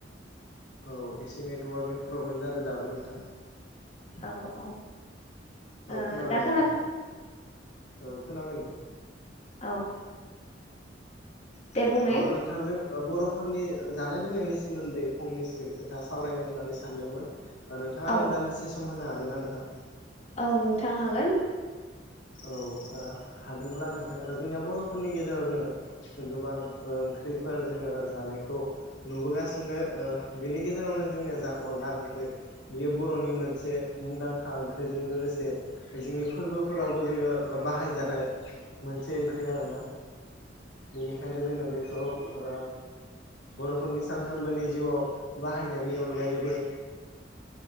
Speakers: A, on the left (about 80°); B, on the left (about 35°).
A: औ एसे नेटवार्कनि प्रब्लेम जादों दाबो नोंथां।
B: औ औ
A: औ
B: ओ
A: खोनाबाय
B: दा
A: दे
B: खोना
A: नोंथां औ खोनाबाय नोंथां।
B: औ। दे बुंनाय
A: औ आं नोंथांजों ओ बर' फोरनि जानाय लोंनायनि सोमोन्दै फंनैसो खोथा सावरायनो होननानै सानदोंमोन। दा नोंथाङा
B: औ
A: आंनो दान्दिसे सम होनो हागोन ना नोंथां?
B: औ नोंथां हागोन।
A: औ हा हागोनब्ला नोंथाङा जोंनिया बर'फोरनि गेजेराव जोङो गोबां ओंख्रिफोर जोङो जानायखौ नुबोगासिनो ओ बेनि गेजेरावनो जोंनिया जा अनला ओंख्रै बेयो बर'नि मोनसे मुंदांखा ओंख्रिजों लोगोसे जोंनि फोरबोफोरावबो जानाय मोनसे ओंख्रि आरोना। बेनिखायनो जोङो बेखौ ओ बर'फोरनि सानफ्रोमबोनि जिउआव बाहायनायनि अनगायैबो